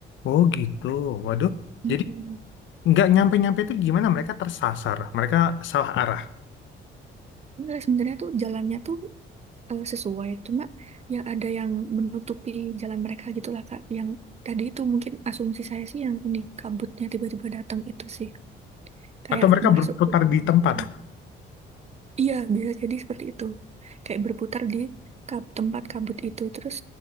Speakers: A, on the left (about 75°); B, on the right (about 35°).
A: Oh gitu. Waduh.
B: Mm-mm.
A: Jadi nggak nyampe-nyampe itu gimana? Mereka tersasar. Mereka salah arah.
B: Enggak, sebenarnya tuh jalannya tuh eh, sesuai. Cuma ya ada yang menutupi jalan mereka gitulah Kak. Yang tadi itu mungkin asumsi saya sih yang ini kabutnya tiba-tiba datang itu sih kayak
A: Atau mereka
B: masuk
A: berputar
B: ke dunia
A: di tempat.
B: lain. Iya, bisa jadi seperti itu. Kayak berputar di kab- tempat kabut itu. Terus